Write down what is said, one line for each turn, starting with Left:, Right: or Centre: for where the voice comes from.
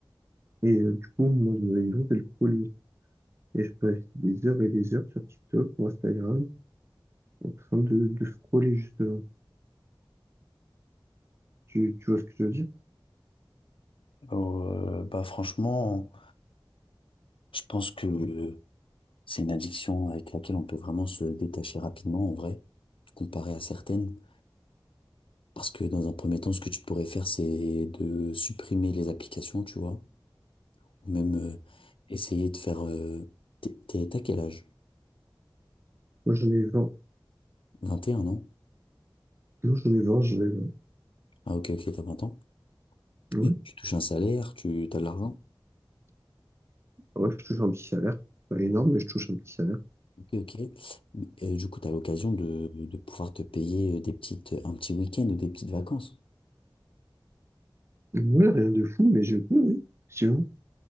Right: Et euh, du coup, moi, les gens, c'est le scroll. Et je passe des heures et des heures sur TikTok ou Instagram en train de, de scroller, justement. Tu, tu vois ce que je veux dire?
Left: Euh, bah, franchement, je pense que euh, c'est une addiction avec laquelle on peut vraiment se détacher rapidement, en vrai, comparé à certaines. Parce que dans un premier temps, ce que tu pourrais faire, c'est de supprimer les applications, tu vois, ou même euh, essayer de faire... euh, t'es, t'es- t'as quel âge?
Right: Moi, j'en ai vingt
Left: 21, non
Right: Non, j'en ai vingt j'en ai vingt
Left: Ah ok, ok, t'as 20 ans.
Right: Ouais.
Left: Et tu touches un salaire, tu as de l'argent.
Right: Ouais, je touche un petit salaire. Pas énorme, mais je touche un petit salaire.
Left: Ok, ok. Mais, euh, du coup, tu as l'occasion de, de pouvoir te payer euh, des petites, un petit week-end ou des petites vacances.
Right: Ouais, rien de fou, mais je peux, oui. Effectivement.